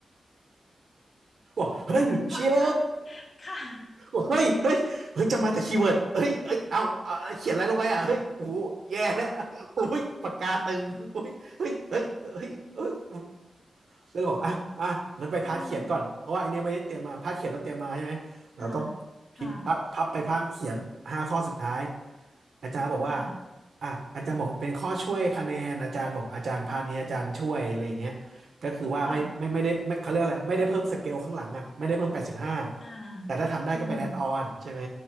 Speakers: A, on the right (about 70°); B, on the left (about 50°).
A: บอกเฮ้ยเชีย
B: พระอาจารย์ค่ะ
A: บอกเฮ้ยเฮ้ยเฮ้ยจำมาแต่คีย์เวิร์ดเฮ้ยเฮ้ยเอาเอาเขียนอะไรลงไปอ่ะเฮ้ยโอ้โหแย่แล้วโอ้ยปากกาตึงโอ้ยเฮ้ยเฮ้ยเฮ้ยเฮ้ยก็เลยบอก อ่ะอ่ะงั้นไปพาร์ทเขียนก่อน
B: อืม
A: เพราะว่าไอเนี้ยไม่ได้เตรียมมาพาร์ทเขียนเราเตรียมมาใช่ไหมเราก็
B: ค่ะค่ะ
A: พลิกพพับพับไปพาร์ทเขียนห้าข้อสุดท้าย อาจารย์บอกว่า
B: ค่ะ
A: อ่ะอาจารย์บอกเป็นข้อช่วยคะแนนอาจารย์บอกอาจารย์พาร์ทนี้อาจารย์ช่วยอะไรอย่างเงี้ยก็คือว่าไม่ไม่ไม่ได้ไม่เขาเรียกอะไรไม่ได้เพิ่มสเกลข้างหลังอ่ะไม่ได้เพิ่มแปดสิบห้า
B: ค่ะอ่า
A: แต่ถ้าทำได้ก็เป็นแอดออนใช่ไหม
B: อืม